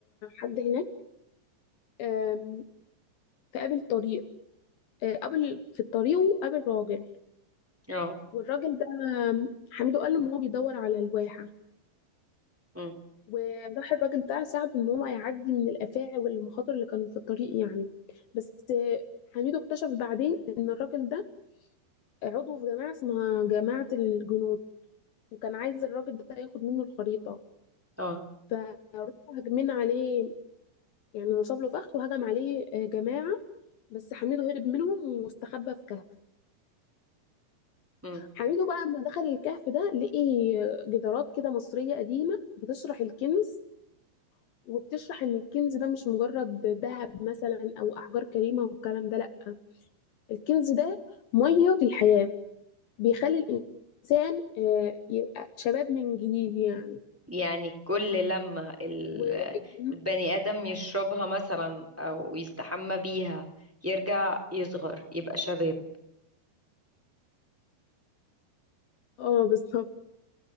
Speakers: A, on the left; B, in the centre.
A: حد هناك آم، فقابل طريق آه، قابل في الطريق وقابل راجل
B: اه
A: والراجل ده آم، حميدو قال له ان هو بيدور على الواحة
B: امم
A: وراح الراجل ده ساعده ان هو يعدي من الافاعي والمخاطر اللي كانوا في الطريق يعني بس آه، حميدو اكتشف بعدين ان الراجل ده عضو في جماعة اسمها جماعة الجنود وكان عايز الراجل ده ياخد منه الخريطة
B: اه
A: فراحوا هاجمين عليه يعني نصب له فخ وهجم عليه آه، جماعة بس حميدو هرب منهم واستخبى في كهف
B: امم
A: حميدو بقى لما دخل الكهف ده لقي جدارات كده مصرية قديمة بتشرح الكنز وبتشرح ان الكنز ده مش مجرد ذهب مثلا او احجار كريمة والكلام ده لا الكنز ده مية الحياة بيخلي الانسان آه، يبقى شباب من جديد يعني
B: يعني كل لما ال-
A: و <laughs>
B: البني آدم يشربها مثلا او يستحمى بيها يرجع يصغر يبقى شباب
A: اه بالظبط